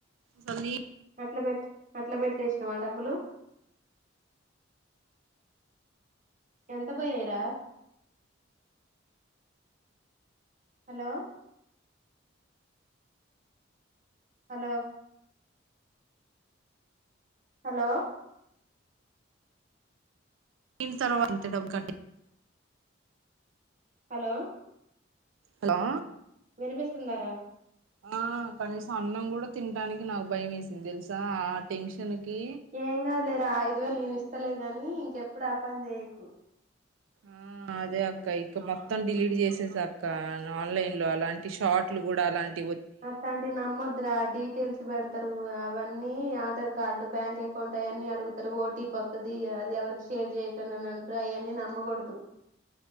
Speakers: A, on the right; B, on the right.
A: సన్నీ
B: అట్లా పెట్ అట్లా వెట్టేసినవా డబ్బులు ఎంత పోయినయి రా హలో హలో హలో
A: దీని తర్వా అంత డబ్బు కంటే
B: హలో
A: హలో
B: వినిపిస్తుందారా
A: ఆ కనీసం అన్నం కూడా తినడానికి నాకు భయం వేసింది తెలుసా ఆ టెన్షన్ కి
B: ఏం కాదులేరా ఐదు వేలు నేను ఇస్తలే గాని ఇంకెప్పుడు ఆ పని చేయకు
A: ఆ అదే అక్క ఇక మొత్తం డిలీట్ చేసేసా అక్క ఆన్లైన్ లో అలాంటి షార్ట్ ట్లు కూడా అలాంటి
B: అట్టాన్ టివి నమ్మొద్దురా డీప్ తెల్స్ పెడతారు అవన్నీ ఆధార్ కార్డు బ్యాంక్ అకౌంట్ అయన్నీ అడుగుతారు ఓటీపి వత్తది అది ఎవరికి షేర్ చేయ్యకన్ డి అని అంటారు అవన్నీ నమ్మకూడదు